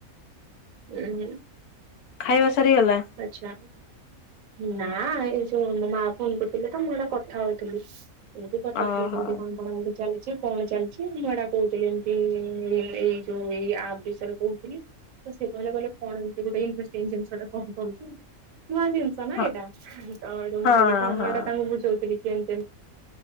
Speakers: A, on the right; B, on the left.
A: <unintelligible>
B: ଖାଇବା ସରିଗଲା?
A: ଆଚ୍ଛା। ନା ଏ ଯୋଉ ମା ଫୋନ କରୁଥିଲେ ତ ମୁଁ ହେଡା କଥା ହଉଥିଲି। ଏମିତି ପଚାରୁଥିଲେ
B: ଓହୋ
A: କେମିତି କଣ କଣ ବୋଲି। ଚାଲିଛି କଣ ଚାଲିଛି ମୁଁ ଏଡା କହୁଥିଲି ଏମତି ଏ ଏଇ ଯୋଉ ଏଇ ଆପ୍ ବିଷୟରେ କହୁଥିଲି। ତ ସେ କହିଲା କଣଯେ କଣ ଏମତି ଗୋଟେ ଇଣ୍ଟରେଷ୍ଟିଙ୍ଗ ଜିନିଷଟା। କଣ କରୁଛୁ ନୂଆ ଜିନିଷ ନା
B: ହଁ
A: ଏଇଟା ତ ହେଠୁ
B: ହଁ
A: ମୁଁ କହିଲି କଣ
B: ହଁ
A: ମ ଏଇଟା ତାଙ୍କୁ ବୁଝଉଥିଲି। କେମ୍ ତେମ୍।